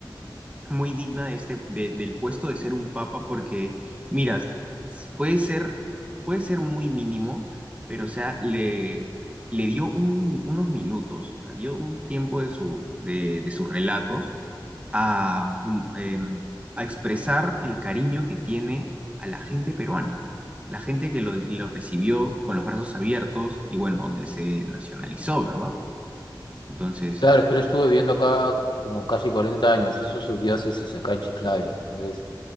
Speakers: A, on the right (about 15°); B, on the left (about 65°).
A: muy digna de este, de- del puesto de ser un papa, porque, mira, s- puede ser, puede ser muy mínimo, pero, o sea, le, le dio un- mi- unos minutos, o sea, dio un tiempo de, su, de, de sus relatos a, um, em, a expresar el cariño que tiene a la gente peruana, la gente que lo, lo recibió con los brazos abiertos y, bueno, donde se nacionalizó, ¿verdad? Entonces,
B: Claro, es que él estuvo viviendo acá como casi 40 años, hizo su diócesis acá en Chiclayo. Entonces,